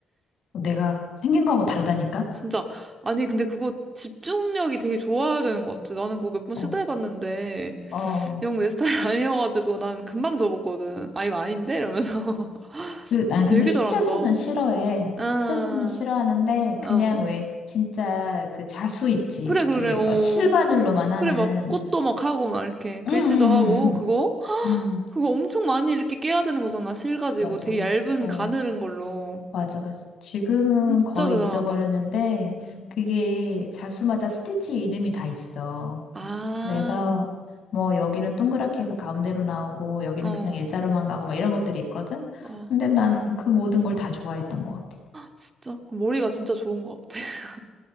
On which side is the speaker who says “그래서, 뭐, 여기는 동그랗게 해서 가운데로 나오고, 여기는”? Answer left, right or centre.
Left